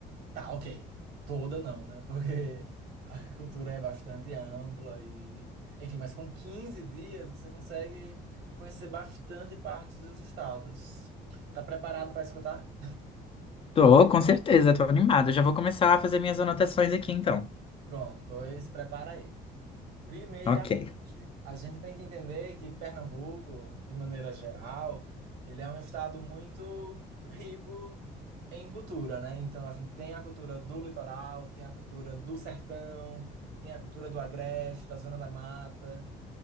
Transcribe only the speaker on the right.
Tá, ok. Toda não, né? <laughs> Porque a cultura é bastante ampla e. Enfim, mas com 15 dias você consegue conhecer bastante parte dos estados. Tá preparado pra escutar?
Pronto, pois prepara aí. Primeiramente,
a gente tem que entender que Pernambuco, de maneira geral, ele é um estado muito rico em cultura, né? Então a gente tem a cultura do litoral, tem a cultura do sertão, tem a cultura do agreste, da zona da mata.